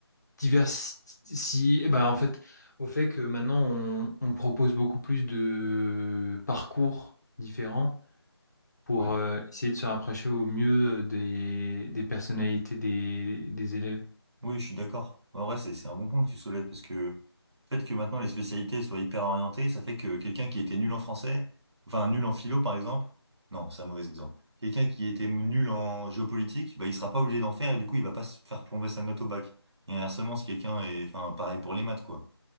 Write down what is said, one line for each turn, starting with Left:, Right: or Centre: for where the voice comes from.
Left: diversité... Bah, en fait, au fait que maintenant, on, on propose beaucoup plus de parcours différents pour
Right: On
Left: euh, essayer de se rapprocher au mieux euh, des, des personnalités des, des élèves.
Right: Oui, je suis d'accord. En vrai, c'est c'est un bon point que tu soulèves parce que le fait que maintenant les spécialités soient hyper orientées, ça fait que quelqu'un qui était nul en français, enfin nul en philo par exemple, non, c'est un mauvais exemple. Quelqu'un qui était nul en géopolitique, bah, il sera pas obligé d'en faire et du coup, il va pas se faire plomber sa note au bac. Et inversement, si quelqu'un est, enfin, pareil pour les maths, quoi.